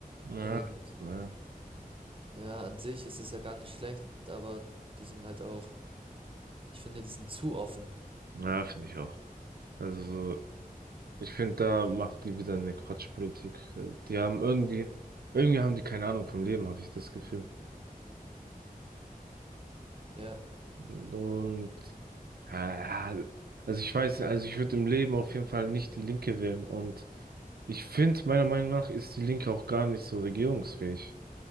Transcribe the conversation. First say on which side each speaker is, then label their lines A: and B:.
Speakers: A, on the right; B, on the right.
A: Ja.
B: Und
A: Ja,
B: Ja, an sich ist es ja gar nicht schlecht, aber die sind halt auch, ich finde, die sind zu offen.
A: ja finde ich auch. Also so, ich finde, da macht die wieder eine Quatschpolitik. Die haben irgendwie, irgendwie haben die keine Ahnung vom Leben, habe ich das Gefühl.
B: Ja,
A: Und ja, also ich weiß, also ich würde im Leben auf jeden Fall nicht die Linke wählen. Und ich finde, meiner Meinung nach ist die Linke auch gar nicht so regierungsfähig.